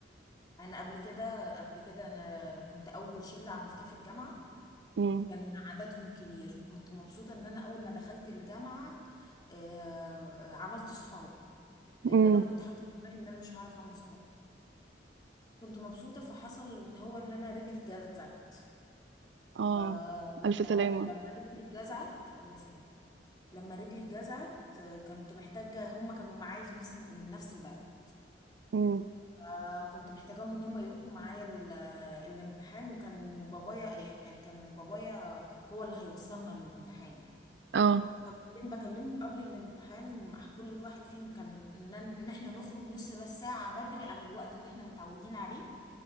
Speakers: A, on the left; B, on the right.
A: انا قبل كده قبل كده انا كنت اول شله عملتها في الجامعه
B: امم
A: كان عددهم كبير وكنت مبسوطه ان انا اول ما دخلت الجامعه آه، آه، عملت صحاب لان
B: امم
A: انا كنت حاطه في دماغي ان انا مش هعرف اعمل صحاب كنت مبسوطة فحصل ان هو ان انا رجلي اتجزعت
B: اه
A: فلما
B: ألف سلامة
A: لما رجلي اتجزعت الله يسلم لما رجلي اتجزعت آه، كنت محتاجة هما كانوا معايا في نفس من نفس البلد
B: امم
A: آه، كنت محتاجاهم ان هما يروحوا معايا ال- الامتحان وكان بابايا يعني كان بابايا هو اللي هيوصلنا للامتحان يعني
B: اه
A: فبعدين بكلمهم قبل الامتحان مع كل واحد فيهم كان ان إن احنا نخرج نص بس ساعة بدري عن الوقت اللي احنا متعودين عليه